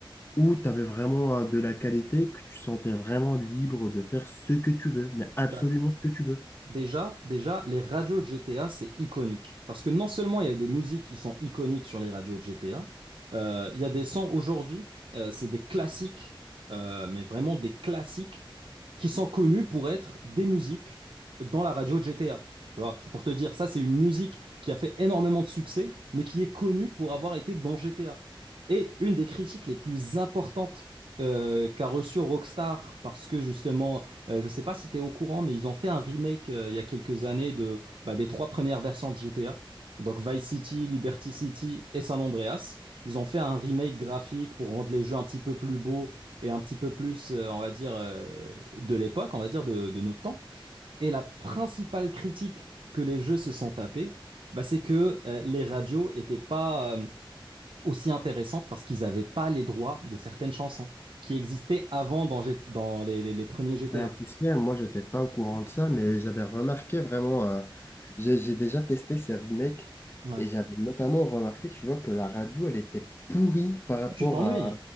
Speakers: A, on the left; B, on the right.
A: où tu avais vraiment euh, de la qualité, que tu sentais vraiment libre de faire ce que tu veux, mais absolument
B: Bah,
A: ce que tu veux.
B: déjà, déjà, les radios de GTA, c'est iconique. Parce que non seulement il y a des musiques qui sont iconiques sur les radios de GTA, euh, il y a des sons aujourd'hui, euh, c'est des classiques, euh, mais vraiment des classiques qui sont connus pour être des musiques dans la radio de GTA. Tu vois, c'est pour te dire, ça, c'est une musique qui a fait énormément de succès, mais qui est connue pour avoir été dans GTA. Et une des critiques les plus importantes euh, qu'a reçue Rockstar, parce que justement, euh, je ne sais pas si tu es au courant, mais ils ont fait un remake euh, il y a quelques années de, bah, des trois premières versions de GTA. Donc Vice City, Liberty City et San Andreas. Ils ont fait un remake graphique pour rendre les jeux un petit peu plus beaux, et un petit peu plus, euh, on va dire, euh, de l'époque, on va dire, de, de notre temps. Et la principale critique que les jeux se sont tapés, bah, c'est que euh, les radios étaient pas euh, aussi intéressantes parce qu'ils n'avaient pas les droits de certaines chansons qui existaient avant dans, G- dans les, les- les premiers GTA.
A: Bah, tu sais, moi, j'étais pas au courant de ça, mais j'avais remarqué vraiment, euh, j'ai j'ai déjà testé ces remakes
B: Ouais.
A: et j'avais notamment remarqué, tu vois, que la radio, elle était pourrie par rapport
B: Ah, Tu t'ennuies.
A: à...